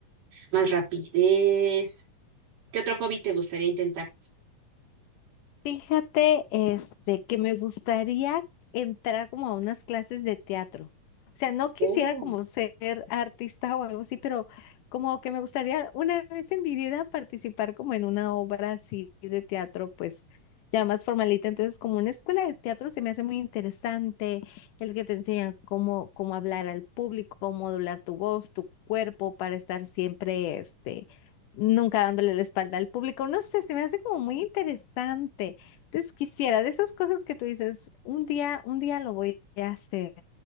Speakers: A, on the right (about 75°); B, on the left (about 75°).
A: más rapidez. ¿Qué otro hobby te gustaría intentar?
B: Fíjate, este, que me gustaría entrar como a unas clases de teatro. O sea, no quisiera
A: Oh.
B: como ser artista o algo así, pero como que me gustaría una vez en mi vida participar como en una obra así de teatro, pues ya más formalita. Entonces, como una escuela de teatro se me hace muy interesante, el que te enseñan cómo, cómo hablar al público, cómo modular tu voz, tu cuerpo, para estar siempre, este, nunca dándole la espalda al público. No sé, se me hace como muy interesante. Entonces quisiera, de esas cosas que tú dices, un día, un día lo voy a hacer.